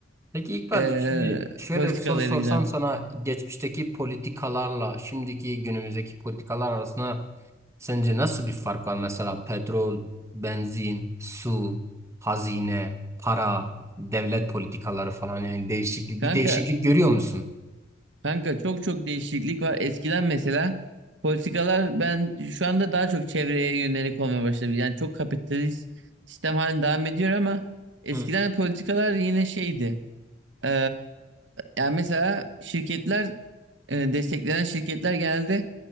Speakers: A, on the right; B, on the right.
A: Peki İkbal,
B: E,
A: şimdi şöyle
B: politikalarıyla.
A: bir soru sorsam sana geçmişteki politikalarla şimdiki günümüzdeki politikalar arasında sence nasıl bir fark var? Mesela petrol, benzin, su, hazine, para, devlet politikaları falan yani değişiklik
B: Kanka
A: bir değişiklik görüyor musun?
B: Kanka çok çok değişiklik var. Eskiden mesela politikalar ben şu anda daha çok çevreye yönelik olmaya başladı. Yani çok kapitalist sistem halinde devam ediyor ama eskiden
A: Hı.
B: politikalar yine şeydi. Ee, yani mesela şirketler e, destekleyen şirketler genelde